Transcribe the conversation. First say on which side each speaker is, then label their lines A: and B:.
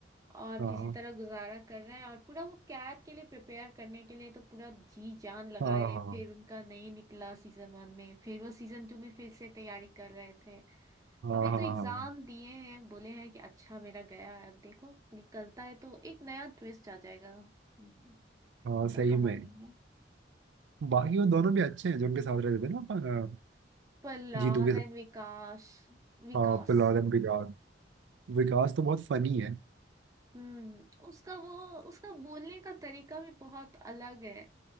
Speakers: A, on the right; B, on the right.
A: और
B: हाँ
A: किसी
B: हाँ
A: तरह गुजारा कर रहे हैं और पूरा वो कैद के लिए प्रिपेयर करने के लिए तो पूरा जी जान लगाए
B: हाँ
A: फिर उनका नहीं निकला सीजन वन में फिर वो सीजन टू में फिर से तैयारी कर रहे थे
B: हाँ
A: अभी
B: हाँ
A: तो
B: हाँ,
A: एग्जाम
B: हाँ,
A: दिए हैं बोले हैं कि अच्छा मेरा गया है अब देखो निकलता है तो एक नया ट्विस्ट आ जाएगा पूरा
B: हाँ, सही
A: कहानी
B: में
A: में
B: बाकी वो दोनों भी अच्छे हैं जो उनके साथ रहते थे ना अपन,
A: प्रहलाद
B: अ, जीतू के साथ
A: एंड विकास विकास
B: हाँ, प्रहलाद एंड विकास विकास तो बहुत फनी है
A: हम्म उसका वो उसका बोलने का तरीका भी बहुत अलग है